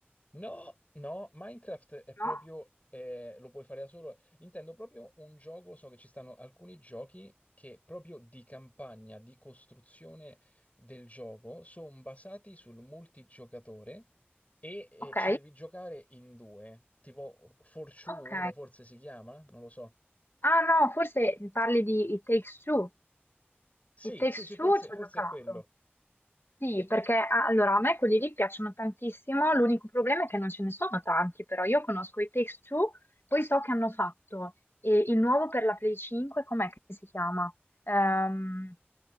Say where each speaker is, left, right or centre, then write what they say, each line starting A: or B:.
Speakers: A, on the left; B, on the left.
A: No, no, Minecraft è proprio,
B: No?
A: eh, lo puoi fare da solo. Intendo proprio un gioco, so che ci stanno alcuni giochi che proprio di campagna, di costruzione del gioco, sono basati sul multigiocatore e eh,
B: Ok,
A: ci devi giocare in due, tipo Fortune
B: ok.
A: 1 forse si chiama, non lo so.
B: Ah no, forse mi parli di It Takes Two.
A: Sì,
B: It Takes
A: sì, sì,
B: Two
A: forse,
B: ci
A: forse
B: ho giocato.
A: è quello.
B: Sì, perché a- allora a me quelli lì piacciono tantissimo, l'unico problema è che non ce ne sono tanti, però io conosco i Takes-Two, poi so che hanno fatto eh, il nuovo per la Play 5, com'è che si chiama? Ehm,